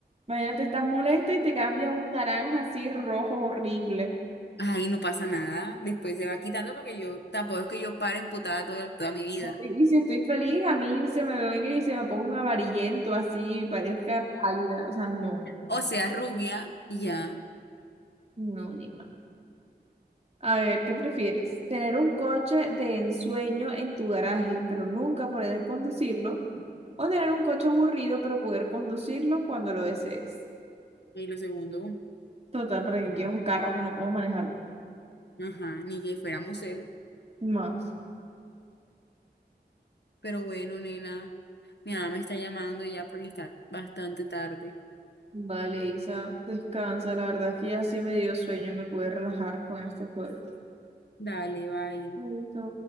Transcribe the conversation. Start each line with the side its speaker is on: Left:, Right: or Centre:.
Right: imagínate, estás molesta y te cambia un naranja así rojo horrible.
Left: Ay, no pasa nada. Después se va quitando porque yo tampoco es que yo pare emputada toda, toda mi vida.
Right: No, Y y si estoy feliz, a mí se me venga y se me ponga un amarillento así, parezca pálida. O sea, no,
Left: O sea, rubia y ya.
Right: no, nena. A ver, ¿qué prefieres? ¿Tener un coche de ensueño en tu garaje, pero nunca poder conducirlo? ¿O tener un coche aburrido, pero poder conducirlo cuando lo desees?
Left: Y lo segundo,
Right: Total, para que quiera un carro que no puedo manejarlo.
Left: ajá, ni que fuera museo.
Right: Más.
Left: Pero bueno, nena, mi mamá me está llamando ya porque está bastante tarde.
Right: Vale, Isa, descansa. La verdad es que ya sí me dio sueño, me pude relajar con este juego.
Left: Dale, bye.
Right: Chaito.